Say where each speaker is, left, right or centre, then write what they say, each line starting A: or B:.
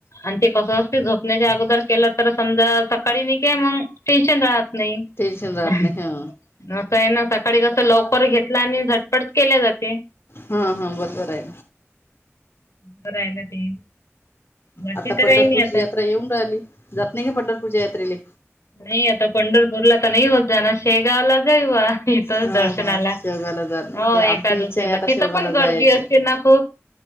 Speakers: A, on the left; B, on the left.
A: आणि ते कसं असते झोपण्याच्या अगोदर केलं तर समजा सकाळी न कय मग टेन्शन राहत. नई,
B: टेन्शन राहत
A: कस
B: नाही हा
A: आहे ना सकाळी कस लवकर घेत आणि झटपट केल्या जाते.
B: हा हा बरोबर आहे.
A: बर आहे ना ते. बाकी
B: आता
A: तर
B: पंढरपूरची
A: काही नाही आता.
B: यात्रा येऊन राहिली जात नाही का पंढरपूरच्या यात्रेले.
A: नाही आता पंढरपूरला तर नाही होत जाण शेगावला जाऊ. तिथं
B: हा
A: दर्शनाला
B: हा शेवगाला जात नाही
A: हो
B: का
A: एका
B: आमची इच्छा
A: दिुशीला
B: आहे आता
A: तिथं
B: शेवगाला
A: पण गर्दी
B: जायची
A: असते ना खूप